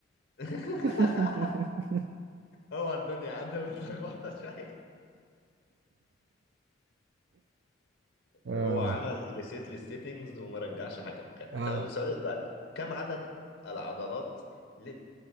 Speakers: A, on the left; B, on the right.
A: <laughs>
B: <laughs>
A: هو الدنيا عنده متلخبطه شويه
B: اه
A: هو عمل ريسيت للسيتنجز وما رجعش حاجه مكانها
B: اه
A: تمام السؤال اللي بعديه كم عدد العضلات اللي